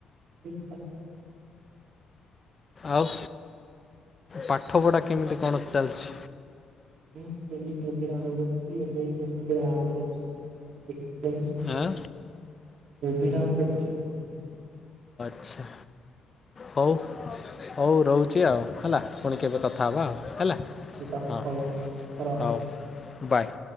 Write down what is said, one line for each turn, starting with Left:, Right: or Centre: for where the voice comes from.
Right: ଦେଖିଆ।
Left: ଆଉ ପାଠପଢ଼ା କେମିତି କଣ? ଚାଲଛି।
Right: କିଛି ନାହିଁ ମୁଁ ଡେଲି ମୁଭି ଡାଉନ୍ ଲୋଡ୍ କରୁଛି ଏବେ ବି ମୁଭି ଟେ ଡାଉନ୍ ଲୋଡ୍ କରିଛି ଦେ ନିଦ ମାଇଲେ ଶୋଇ ପଡ଼ିବି
Left: ଆଁ?
Right: ଗଲା। ମୁଭି ଟା ଦେଖିକି ଶୋଉଛି।
Left: ଆଚ୍ଛା ହଉ ହଉ ରହୁଛି ଆଉ ହେଲା ପୁଣି କେବେ କ କଥା ହବା ଆଉ
Right: ହଁ
Left: ହେଲା
Right: ନିଶ୍ଚିତ
Left: ହଁ
Right: ହଉ ରଖ।
Left: ହଉ। ବାଏ।